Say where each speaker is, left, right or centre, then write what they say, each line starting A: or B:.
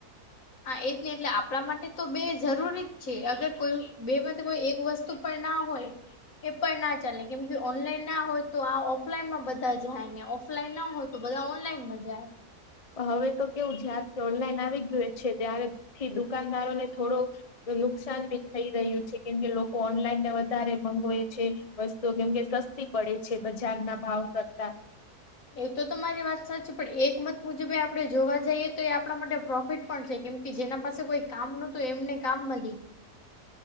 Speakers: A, on the left (about 55°); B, on the left (about 30°).
A: હા, એ જ નહી, એટલે આપણા માટે તો બે જરૂરી જ છે, અગર કોઈ બે મ કો એક વસ્તુ. તો પણ ના હોય. એ પણ ના ચાલે, કેમ કે ઓનલાઈન ના હોય, તો આ ઓફલાઈનમાં બધા જાય ને, ઓફલાઈન ના હોય. તો બધા ઓનલાઈન મજા.
B: હવે તો કેવું જયારથી ઓનલાઈન આવી ગયું છે, ત્યારેથી દુકાનદારો ને થોડો. નુકસાન ભી થઈ રહ્યું છે, કેમકે લોકો ઓનલાઈનને વધારે મગાવેય છે. વસ્તુ કેમ કે સસ્તી પડે છે, બજાર ના ભાવ કરતા.
A: એ તો તો મારી વાત સાચી, પણ એક મત મુજબ આપડે જોવા જઈએ તો, એ આપણા માટે પ્રોફ તો પણ છે, કેમ કે જેના પાસે કોઈ કામ નતું, એમને કામ મળી ગયું.